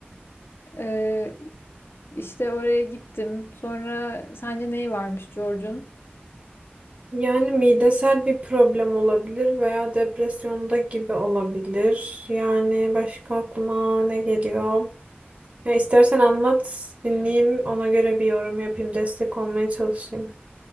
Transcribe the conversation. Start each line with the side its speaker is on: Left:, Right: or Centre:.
Left: E, işte oraya gittim. Sonra sence neyi varmış George'un?
Right: Yani midesel bir problem olabilir veya depresyonda gibi olabilir. Yani başka aklıma ne geliyor? Ya istersen anlat, dinleyeyim, ona göre bir yorum yapayım, destek olmaya çalışayım.